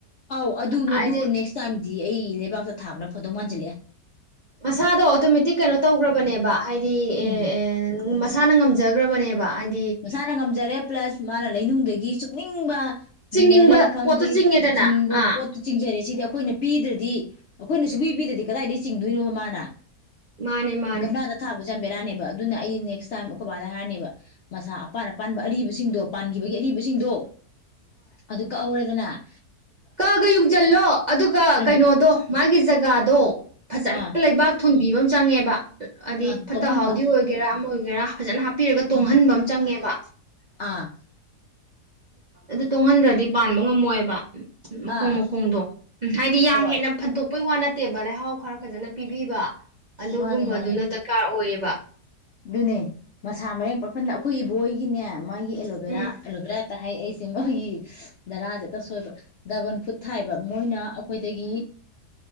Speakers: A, on the left; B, on the right.
A: ꯑꯥꯎ ꯑꯗꯨ ꯃꯗꯨ
B: ꯍꯥꯏꯗꯤ
A: ꯅꯦꯛꯁ ꯇꯥꯏꯝꯗꯤ ꯑꯩ ꯂꯩꯕꯥꯛꯇ ꯊꯥꯕꯅ ꯐꯗꯧ ꯃꯥꯟꯖꯤꯜꯂꯛꯑꯦ
B: ꯃꯁꯥꯗꯣ ꯑꯣꯇꯣꯃꯦꯇꯤꯛ ꯀꯩꯅꯣ ꯇꯧꯈ꯭ꯔꯕꯅꯦꯕ ꯍꯥꯏꯗꯤ
A: ꯎꯝ
B: ꯑꯦ ꯑꯦ ꯃꯁꯥꯅ ꯉꯝꯖꯈ꯭ꯔꯕꯅꯦꯕ ꯀ ꯑꯩ
A: ꯃꯁꯥꯅ ꯉꯝꯖꯔꯦ ꯄ꯭ꯂꯁ ꯃꯥꯅ ꯂꯩꯅꯨꯡꯗꯒꯤ ꯅꯤꯡꯕ
B: ꯆꯤꯡꯅꯤꯡꯕ
A: ꯃꯤꯅꯔꯦꯜ ꯈꯪꯗꯦ
B: ꯄꯣꯠꯇꯣ ꯆꯤꯡꯉꯦꯗꯅ
A: ꯆꯤꯡꯕ
B: ꯑꯥ
A: ꯄꯣꯠ ꯆꯤꯡꯖꯔꯦ ꯁꯤꯗꯤ ꯑꯩꯈꯣꯏꯅ ꯄꯤꯗ꯭ꯔꯗꯤ ꯑꯩꯈꯣꯏꯅ ꯁꯨꯄꯤ ꯄꯤꯗ꯭ꯔꯗꯤ ꯀꯗꯥꯏꯗꯒꯤ ꯆꯤꯡꯗꯣꯏ ꯅꯣꯕ ꯃꯥꯅ
B: ꯃꯥꯅꯦ ꯃꯥꯅꯦ
A: ꯒꯝꯂꯥꯗ ꯊꯥꯕꯁꯦ ꯌꯥꯝ ꯕꯦꯔꯥ ꯅꯦꯕ ꯑꯗꯨꯅ ꯑꯩ ꯅꯦꯛꯁ ꯇꯥꯏꯝ ꯑꯩꯈꯣꯏ ꯕꯥꯗ ꯍꯥꯏꯔ ꯅꯦꯕ <inaudible> ꯃꯁꯥ ꯑꯄꯥꯟ ꯑꯄꯥꯟꯕ ꯑꯔꯤꯕ ꯁꯤꯡꯗꯣ ꯄꯥꯟꯒꯤꯕꯒꯤ ꯑꯔꯤꯕꯁꯤꯡꯗꯣ ꯑꯗꯨ ꯀꯛ ꯍꯧꯔꯦ ꯑꯗꯨꯅ
B: ꯀꯛꯒ ꯌꯨꯡꯁꯤꯜꯂꯣ ꯑꯗꯨꯒ
A: ꯑꯩ
B: ꯀꯩꯅꯣꯗꯣ ꯃꯥꯒꯤ ꯖꯒꯥꯗꯣ ꯐꯖꯅ
A: ꯑꯥ
B: ꯂꯩꯕꯥꯛ ꯍꯨꯟꯕꯤꯕ ꯑꯃ ꯆꯪ ꯉꯦꯕ ꯑꯗꯤ
A: ꯑ
B: ꯐꯠꯇ
A: ꯇꯣꯡꯍꯟꯕ
B: ꯍꯥꯎꯗꯤ ꯑꯣꯏ ꯒꯦꯔꯥ ꯑꯃ ꯑꯣꯏꯒꯦꯔꯥ <unintelligible> ꯍꯥꯞꯄꯤꯔꯒ
A: ꯎꯝ
B: ꯇꯣꯡꯍꯟꯕ ꯑꯃ ꯆꯪꯉꯦꯕ
A: ꯑꯥ
B: ꯑꯗꯨ ꯇꯣꯡ ꯍꯟꯗ꯭ꯔꯗꯤ ꯄꯥꯟꯕ ꯉꯝ ꯃꯣꯏꯕ ꯃꯈꯣꯡ
A: ꯑꯥ
B: ꯃꯈꯣꯡꯗꯣ ꯎꯝ ꯍꯥꯏꯗꯤ ꯌꯥꯝ
A: ꯍꯣꯏ
B: ꯍꯦꯟꯅ ꯐꯟ ꯇꯣꯛꯄꯩ ꯋꯥ ꯅꯠꯇꯦꯕ ꯂꯩꯍꯥꯎ ꯈꯔ ꯐꯖꯅ ꯄꯤ ꯄꯤꯕ ꯑꯗꯨ
A: ꯃꯥꯅꯦ
B: ꯒꯨꯝꯕꯗꯨꯅ
A: ꯃꯥꯅꯦ
B: ꯗꯔꯀꯥꯔ ꯑꯣꯏꯌꯦꯕ
A: ꯑꯗꯨꯅꯦ ꯃꯁꯥ ꯃꯔꯦꯡ ꯄꯛ ꯐꯟꯗ ꯑꯩꯈꯣꯏ ꯏꯕꯣ ꯍꯣꯏꯒꯤꯅꯦ ꯃꯥꯒꯤ ꯑꯦꯂꯣꯕꯦꯔꯥ
B: ꯎꯝ
A: ꯑꯦꯂꯣꯕꯦꯔꯥ ꯇ ꯍꯥꯏ ꯑꯩꯁꯦ ꯃꯣꯏꯒꯤ ꯗꯔꯥꯗ ꯍꯦꯛꯇ ꯁꯣꯏꯕ ꯗ꯭ꯔꯥꯏꯒꯟ ꯐ꯭ꯔꯨꯠ ꯊꯥꯏꯕ ꯃꯣꯏꯅ ꯑꯩꯈꯣꯏꯗꯒꯤ